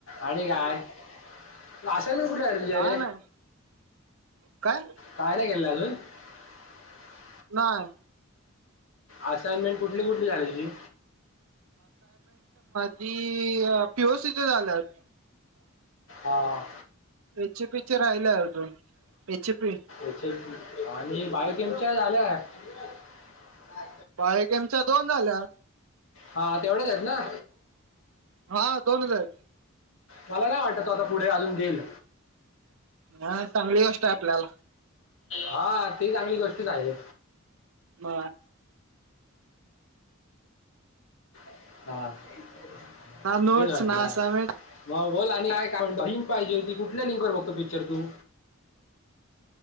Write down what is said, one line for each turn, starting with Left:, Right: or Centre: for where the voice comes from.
Left: आणि काय. आसामन कुठन विचार
Right: काय नाही काय
Left: कानकलाु. <inaudible>
Right: नाय.
Left: असाइनमेंट कुठली कुठली झाली तुझी?
Right: ती पिओसीच्या झाल्यात.
Left: हां.
Right: एच ए पीचे राहिल्या अजून. H P
Left: H A P, आणि बायोकेमच्या झाल्या का <unintelligible>
Right: बायोकेमच्या दोन झाल्या.
Left: हा तेवढेच आहेत ना?
Right: हा दोन हजार
Left: मला नाही वाटत तो आता पुढे अजून देईल.
Right: हा चांगली गोष्ट आहे. आपल्याला
Left: हा ती चांगली गोष्टच आहे.
Right: म
Left: <unintelligible>
Right: ना नोट्स ना असाइनमेंट
Left: बोल आणि काय काम का, लिंक पाहिजे होती कुठल्या लिंकवर बघतो पिक्चर तू?